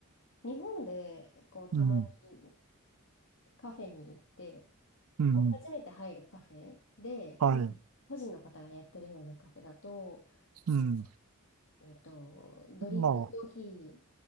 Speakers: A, on the left (about 55°); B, on the right (about 65°).
A: 日本でこうたまに
B: うん、
A: カフェに行って、
B: うん、
A: こう初めて入るカフェで、個人、
B: はい、
A: 個人の方がやってるようなカフェだと、
B: うん。
A: その、えっと、ドリップコーヒー
B: まあ、